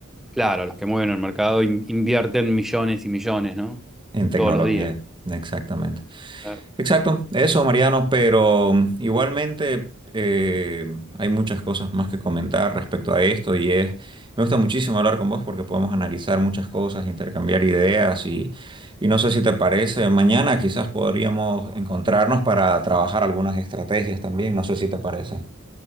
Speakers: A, in the centre; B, on the right.
A: Claro, los que mueven el mercado in- invierten millones y millones, ¿no?
B: En tecnología,
A: Todos los días.
B: exactamente.
A: Claro.
B: Exacto, eso Mariano, pero igualmente eh, hay muchas cosas más que comentar respecto a esto y es, me gusta muchísimo hablar con vos porque podemos analizar muchas cosas, intercambiar ideas y, y no sé si te parece, mañana quizás podríamos encontrarnos para trabajar algunas estrategias también, no sé si te parece.